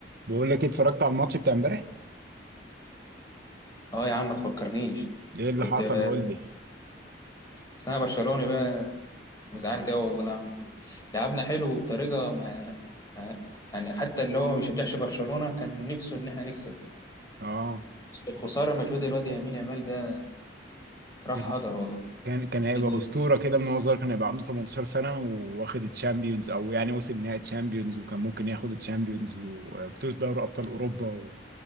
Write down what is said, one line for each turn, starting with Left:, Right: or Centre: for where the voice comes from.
Right: بقول لك إيه، اتفرجت على الماتش بتاع امبارح
Left: اه يا عم ما تفكرنيش
Right: ايه اللي
Left: كنت
Right: حصل
Left: بقى
Right: قول لي
Left: بس انا برشلوني بقى وزعلت
Right: اه
Left: قوي والله اعمل ايه لعبنا حلو بطريقه ما... ما... يعني حتى اللي هو ما بيشجعش برشلونه كان نفسه ان احنا نكسب
Right: اه
Left: الخساره مجهود الواد يمين يامال ده راح
Right: كان
Left: هدر والله
Right: كان كان هيبقى
Left: ال...
Right: اسطوره كده من وهو صغير كان هيبقى عنده 18 سنه وواخد الشامبيونز او يعني وصل نهائي الشامبيونز وكان ممكن ياخد الشامبيونز وبطوله دوري ابطال اوروبا و,